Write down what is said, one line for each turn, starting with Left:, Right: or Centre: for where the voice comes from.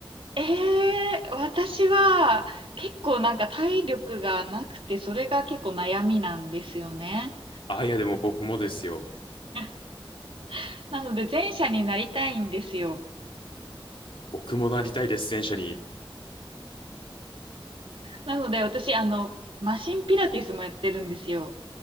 Right: えー、私は結構なんか体力がなくて、それが結構悩みなんですよね。
Left: あ、いやでも僕もですよ。
Right: <laughs> なので前者になりたいんですよ。
Left: 僕もなりたいです、戦車に。
Right: なので私、あの、マシンピラティスもやってるんですよ。